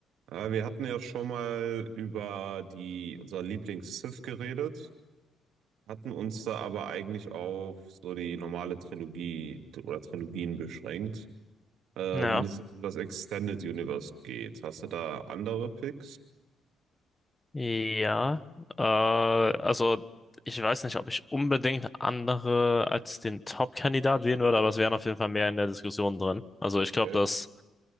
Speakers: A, on the right; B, on the left.
A: Äh, wir hatten ja schon mal über die, unser Lieblings-Sith geredet, hatten uns da aber eigentlich auf so die normale Trilogie oder Trilogien beschränkt. Äh,
B: Ja,
A: wenn es jetzt um das Extended Universe geht, hast du da andere Picks?
B: ja. Äh, also ich weiß nicht, ob ich unbedingt andere als den Top-Kandidat wählen würde, aber es wären auf jeden Fall mehr in der Diskussion drin. Also
A: Okay.
B: ich glaube, dass